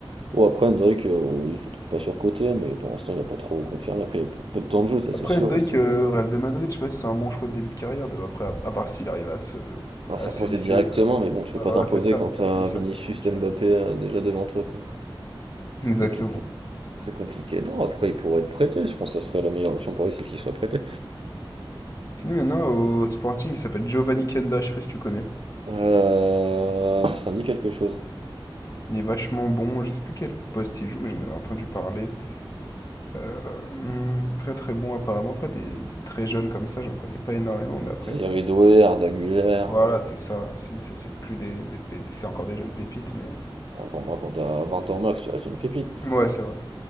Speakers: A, on the right; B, on the left.
A: Oh, après, Hendrick, euh, oui, je le trouve pas surcoté, mais pour l'instant, il a pas trop confirmé. Après, il a peu de temps de jeu, ça c'est
B: Après,
A: sûr
B: Hendrick,
A: aussi.
B: euh, Real de Madrid, je sais pas si c'est un bon choix de début de carrière. De... Après, à, à part s'il arrive à se,
A: Ah, s'imposer
B: à se hisser.
A: directement,
B: euh,
A: mais bon, tu peux
B: ouais,
A: pas
B: voilà,
A: t'imposer
B: c'est ça.
A: quand t'as
B: Mais sinon, ça,
A: Vinicius
B: c'est compliqué.
A: et Mbappé
B: hein.
A: euh, déjà devant toi, quoi. C'est
B: Exactement.
A: compliqué. C'est compliqué. Non, après, il pourrait être prêté. Je pense que ça serait la meilleure option pour lui, c'est qu'il soit prêté.
B: Sinon, il y en a au Sporting, il s'appelle Giovanni Kenda. Je sais pas si tu connais.
A: Euh, ça me dit quelque chose.
B: Il est vachement bon. Je sais plus quel poste il joue, mais j'en avais entendu parler. Heu, mmh, très, très bon apparemment. Après des des très jeunes comme ça, j'en connais pas énormément, mais après
A: Il y avait Doué, Arda Güler.
B: voilà, Ouais. c'est ça. Si, ça c'est plus des des pé c'est encore des jeunes pépites, mais heu,
A: Ah, pour moi, quand t'as 20 ans max, tu restes une pépite.
B: mouais, Mmh. c'est vrai.